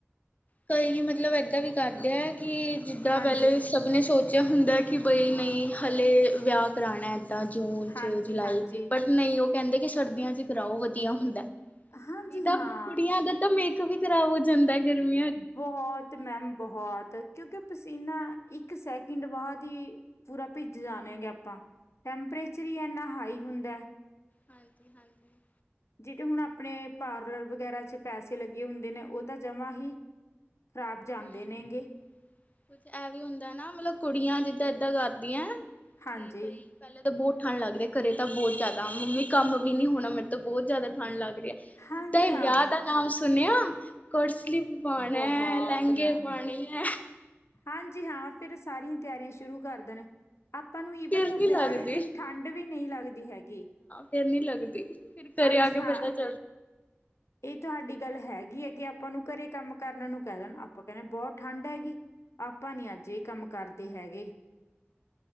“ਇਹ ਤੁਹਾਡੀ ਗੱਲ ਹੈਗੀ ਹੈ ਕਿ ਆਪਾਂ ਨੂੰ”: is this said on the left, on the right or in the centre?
Left